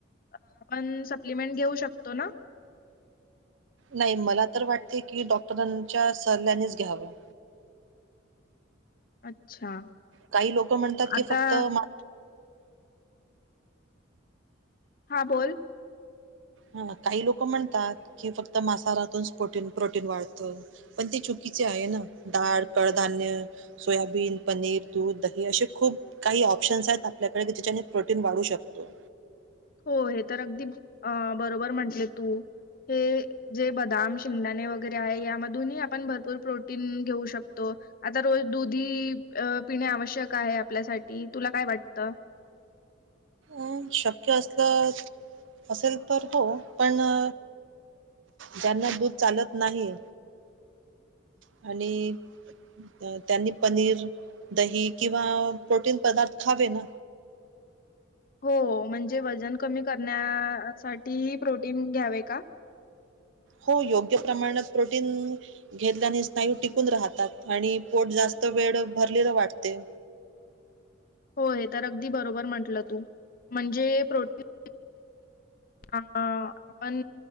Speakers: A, on the left; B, on the right.
A: आपण सप्लिमेंट घेऊ शकतो न.
B: नाही मला तर वाटते की, डॉक्टरांच्या सल्ल्यानेच घ्यावं.
A: अच्छा.
B: काही लोक म्हणतात की
A: आता
B: फक्त मा
A: हा बोल.
B: हा काही लोक म्हणतात की, फक्त मासाहारातून पोटीन प्रोटीन वाढतं. पण ते चुकीचे आहे न, दाळ, कडधान्य सोयाबीन, पनीर, दूध, दही असे खूप काही ऑप्शन्स आहेत आपल्याकडे जिच्याने प्रोटीन वाढू शकतो.
A: हो हे तर अगदी अ बरोबर म्हंटले तू. हे जे बदाम, शेंगदाणे वगैरे आहे यामधूनही आपण भरपूर प्रोटीन घेऊ शकतो. आता रोज दुध ही अ पिणे आवश्यक आहे आपल्यासाठी, तुला काय वाटतं?
B: अ शक्य असल, असेल तर हो पण अ ज्यांना दूध चालत नाही आणि त्यांनी पनीर, दही किंवा प्रोटीन पदार्थ खावे ना.
A: हो हो म्हणजे वजन कमी करण्या साठीही प्रोटीन घ्यावे का?
B: हो योग्य प्रमाणात प्रोटीन घेतल्याने स्नायू टिकून राहतात आणि पोट जास्त वेड भरलेलं वाटते.
A: होय, हे तर अगदी बरोबर म्हंटल तू म्हणजे प्रोटीन अ आपण